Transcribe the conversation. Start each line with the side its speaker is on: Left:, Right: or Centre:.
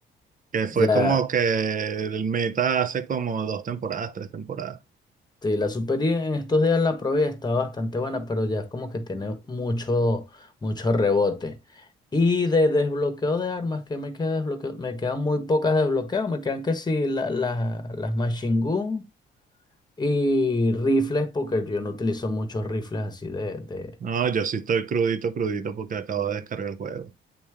Right: que fue
Left: ya.
Right: como que el meta hace como dos temporadas, tres temporadas.
Left: Sí, la Super I en estos días la probé, está bastante buena, pero ya es como que tiene mucho, mucho rebote. Y de desbloqueo de armas, que me queda desbloqueo? Me quedan muy pocas de desbloqueo, me quedan que sí la- la- las machine gun y rifles, porque yo no utilizo muchos rifles así de, de...
Right: No, yo sí estoy crudito, crudito porque acabo de descargar el juego.